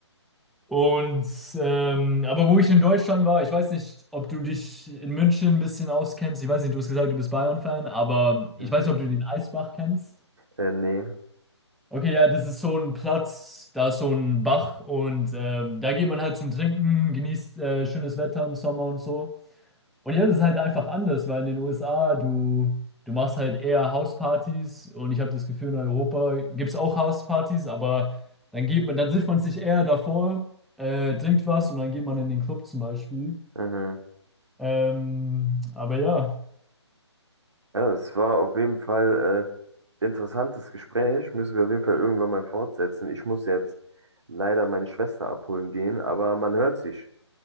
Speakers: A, in the centre; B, on the right (about 75°).
A: Und ähm, aber wo ich in Deutschland war, ich weiß nicht, ob du dich in München ein bisschen auskennst. Ich weiß nicht, du hast gesagt, du bist Bayern-Fan, aber
B: Mhm.
A: ich weiß nicht, ob du den Eisbach kennst.
B: Äh, nee.
A: Okay, ja, das ist so ein Platz, da ist so ein Bach und ähm, da geht man halt zum Trinken, genießt äh, schönes Wetter im Sommer und so. Und hier ist es halt einfach anders, weil in den USA du, du machst halt eher Hauspartys und ich habe das Gefühl, in Europa gibt es auch Hauspartys, aber dann geht man, dann trifft man sich eher davor, äh, trinkt was und dann geht man in den Club zum Beispiel.
B: Mhm.
A: Ähm, aber ja,
B: Ja, es war auf jeden Fall äh, interessantes Gespräch. Müssen wir auf jeden Fall irgendwann mal fortsetzen. Ich muss jetzt leider meine Schwester abholen gehen, aber man hört sich.